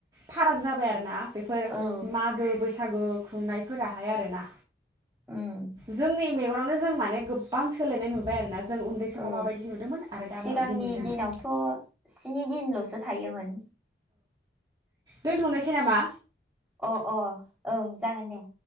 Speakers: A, on the right (about 20°); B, in the centre.
A: फाराग जाबाय आरोना बेफोर
B: औ
A: मागो बैसागु खुंनायफोराहाय आरो ना
B: उम
A: जोंनि मेगनाव खो जों माने गोबां सोलायनाय नुबाय आरोना जों उन्दै समाव
B: औ
A: माबायदि नुदोंमोन आरो दा
B: सिगांनि
A: माबायदि नुदोंमोन
B: दिनावथ स्नि दि दिनल'सो थायोमोन
A: दोन्थनोसै नामा?
B: अ अ ओं जागोन दे